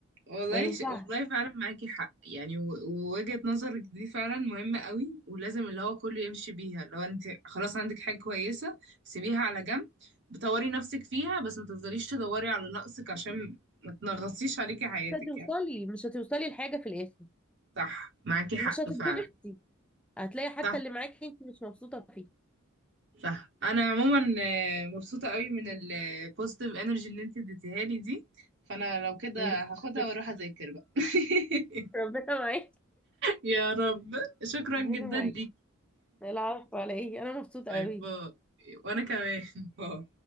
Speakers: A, on the right; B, in the centre.
A: والله
B: ما ينفعش
A: ش... والله فعلا معاكي حق يعني و... ووجهة نظرك دي فعلا مهمة قوي ولازم اللي هو كله يمشي بيها اللي هو انت خلاص عندك حاجة كويسة سيبيها على جنب بطوري نفسك فيها بس ما تفضليش تدوري على نقصك عشان ما تنغصيش عليكي حياتك
B: مش هتوصلي
A: يعني
B: مش هتوصلي لحاجه في الاخر
A: صح معاكي حق
B: ومش هتتبسطي
A: فعلا
B: هتلاقي حتى
A: صح
B: اللي معاكي انت مش مبسوطه فيه
A: صح انا عموما آه، مبسوطة قوي من البوزيتيف انرجي اللي انت اديتيها لي دي فانا لو كده
B: <laughs>
A: هاخدها واروح اذاكر بقى <laughs>
B: ربنا معاك
A: يا رب شكرا
B: ربنا
A: جدا
B: معاك
A: ليكي
B: العفو على ايه انا مبسوطه
A: باي
B: قوي
A: باي وانا كمان <laughs> باي